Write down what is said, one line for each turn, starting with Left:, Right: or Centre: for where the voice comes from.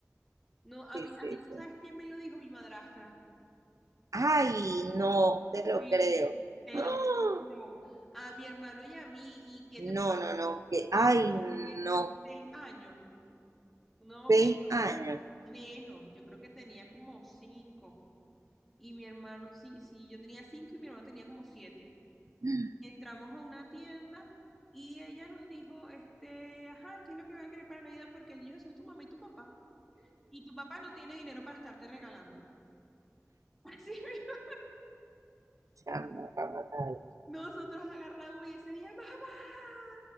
Centre: No, a
Right: sí,
Centre: mí, a
Right: sí,
Centre: mí, ¿tú
Right: sí.
Centre: sabes quién me lo dijo? Mi madrastra.
Right: Ay, no, te
Centre: Sí,
Right: lo creo.
Centre: te
Right: ¡Ah!
Centre: lo juro. A mi hermano y a mí. ¿Y qué te puedo
Right: No,
Centre: decir?
Right: no, no, que,
Centre: No
Right: ay,
Centre: tenía ¿qué?
Right: no,
Centre: seis años. No,
Right: seis
Centre: me-
Right: años.
Centre: menos. Yo creo que tenía como cinco. y mi hermano, sí, sí, yo tenía cinco y mi hermano tenía como siete.
Right: Mm,
Centre: Entramos a una tienda y ella nos dijo, este, ajá, ¿qué es lo que van a querer para Navidad? Porque el niño Jesús es tu mamá y tu papá. Y tu papá no tiene dinero para estarte regalando. <laughs> Así mismo.
Right: Chama, para matar.
Centre: Nosotros agarramos y ese día, mamá,